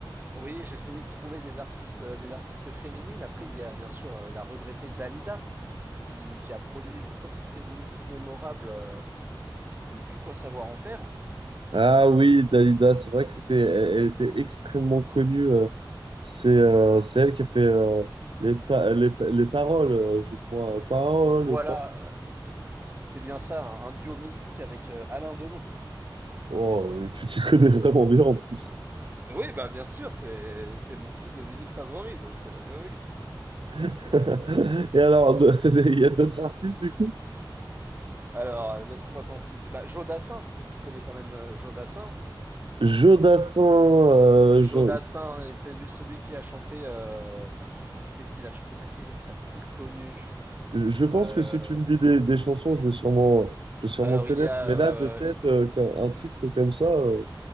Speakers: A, on the right; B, on the right.
A: Oui, j'essayais de trouver des artistes, euh, des artistes féminines. Après, il y a bien sûr euh, la regrettée Dalida, qui, qui a produit une quantité de musique mémorable euh, à ne plus quoi savoir en faire.
B: Ah oui, Dalida, c'est vrai que c'était, elle, elle était extrêmement connue. euh, c'est euh, c'est elle qui a fait euh, les, pa- les, pa- les paroles, euh, je crois. Paroles,
A: Voilà,
B: les paroles.
A: euh, c'est bien ça, un, un duo mythique avec euh, Alain Delon.
B: Oh, mais tu t'y connais vraiment bien en plus.
A: Oui, bah bien sûr, c'est c'est mon style de musique favori, donc euh, oui, oui.
B: <laughs> Et alors, de- <laughs> il y a d'autres artistes du coup?
A: Alors, euh, laisse-moi t'en citer. Bah, Joe Dassin, tu connais quand même euh, Joe Dassin.
B: Jodassin, euh,
A: Joe
B: je,
A: Dassin, et c'est lui- celui qui a chanté. euh, qu'est-ce qu'il a, ch- laquelle est sa plus connue?
B: je- je pense
A: Euh,
B: que si tu me dis des, des chansons, je vais sûrement, je vais sûrement
A: Alors,
B: connaître.
A: il y a.
B: Mais
A: euh,
B: là, de tête,
A: l-
B: euh, comme- un titre comme ça. euh,